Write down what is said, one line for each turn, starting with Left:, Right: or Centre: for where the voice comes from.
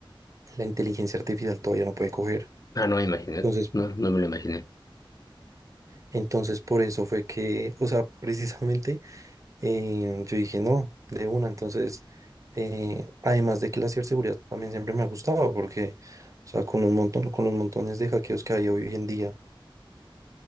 Right: la inteligencia artificial todavía no puede coger.
Left: Ah, no me imaginé,
Right: Entonces,
Left: no, no me lo imaginé.
Right: entonces por eso fue que, o sea, <laughs> precisamente Eh, yo dije, no, de una. Entonces, eh, además de que la ciberseguridad también siempre me ha gustado, porque, o sea, con un montón, con los montones de hackeos que hay hoy en día.